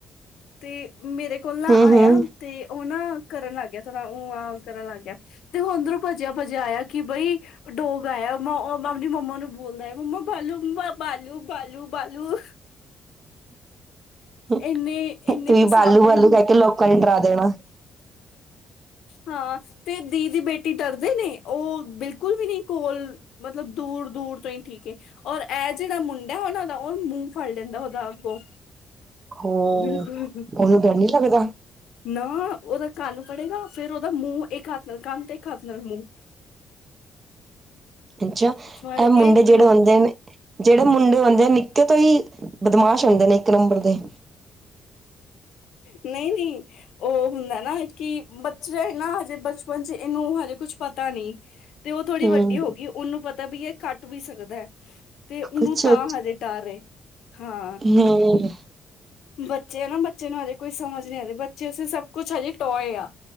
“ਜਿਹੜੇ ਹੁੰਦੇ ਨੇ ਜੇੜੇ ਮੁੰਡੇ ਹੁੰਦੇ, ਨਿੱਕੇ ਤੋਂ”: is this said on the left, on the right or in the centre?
Right